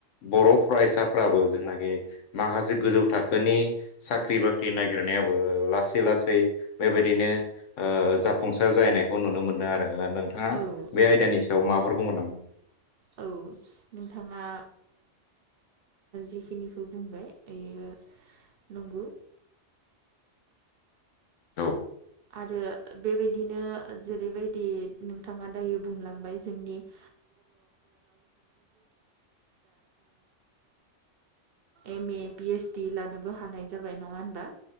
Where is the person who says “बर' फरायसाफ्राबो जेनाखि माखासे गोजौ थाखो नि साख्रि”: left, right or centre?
Left